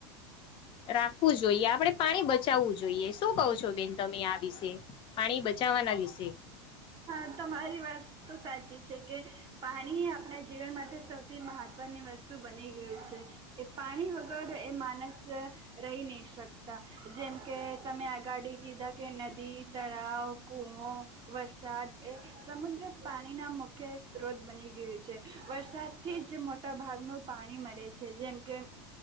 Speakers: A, on the left; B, on the right.
A: રાખવું જોઈએ આપણે પાણી બચાવવું જોઈએ શું કહો છો બેન તમે આ વિશે પાણી બચાવવાના વિશે
B: હા તમારી વાત તો સાચી કે પાણી આપણા જીવન માટે સૌથી મહત્વની વસ્તુ બની ગયુ છે એ પાણી વગર એ માણસ રહી નહી શક જેમ કે તમે આગાડી કીધા કે નદી તળાવ કૂવો વરસાદ એ સમુદ્ર પાણીના મુખ્ય સ્ત્રોત બની ગયું છે. વરસાદથી જ મોટા ભાગનું પાણી મળે છે. જેમ કે,